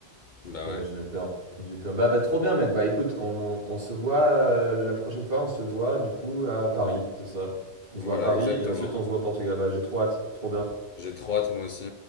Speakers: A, on the left (about 50°); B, on the right (about 60°).
A: Bah
B: J'ai
A: ouais.
B: j'ai eu peur. J'ai eu peur. Bah, bah, trop bien, mec. Bah, écoute, on, on se voit euh, la prochaine fois. On se voit, du coup, à Paris, c'est ça. On se
A: Voilà,
B: voit à Paris
A: exactement.
B: et ensuite on se voit au Portugal. Bah, j'ai trop hâte. Trop bien.
A: J'ai trop hâte, moi aussi.